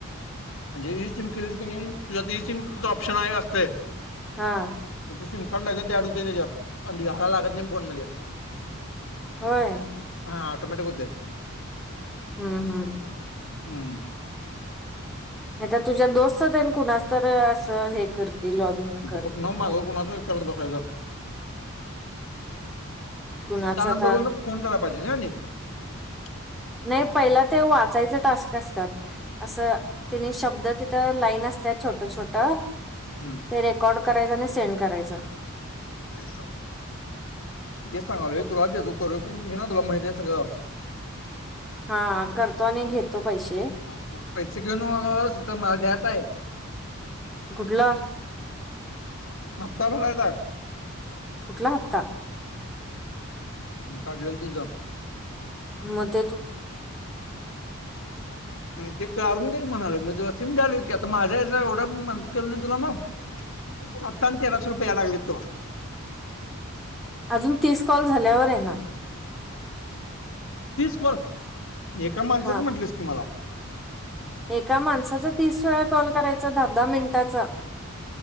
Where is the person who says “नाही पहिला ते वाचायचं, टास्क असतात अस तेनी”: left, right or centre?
Centre